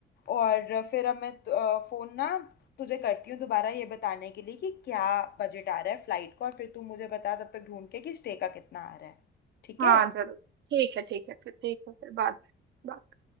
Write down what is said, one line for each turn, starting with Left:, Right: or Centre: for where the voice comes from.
Left: और फिर अब मैं फ़ोन ना तुझे करती हूँ दोबारा ये बताने के लिए कि क्या बजट आ रहा है फ्लाइट का और फिर तू मुझे बता तब तक ढूंढ के कि स्टे का कितना आ रहा है ठीक
Right: हाँ
Left: है
Right: जरूर ठीक है ठीक है फिर ठीक है फिर बात